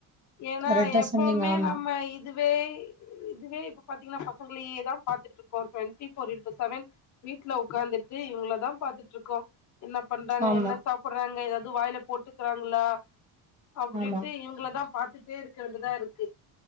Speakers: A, on the left; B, on the right.
A: ஏன்னா
B: கரெக்டா
A: எப்பவுமே
B: சொன்னீங்க ஆமா
A: நம்ம இ துவே இதுவே இப்ப பாத்தீங்கன்னா பசங்களையே தா பாத்துட்ருக்கோ டுவெண்டிபோர் இன்டூ செவன் வீட்ல உக்காந்துட்டு இவங்களதான பாத்துட்ருக்கோ என்ன பண்றாங்க
B: ஆமா
A: என்ன சா புறாங்க ஏதாவது வாயில போட்டுக்கிறாங்களா அப்படின்ட்டு
B: ஆமா
A: இவங்கள தா பாத்துட்டே இருக்க வேண்டிதா இருக்கு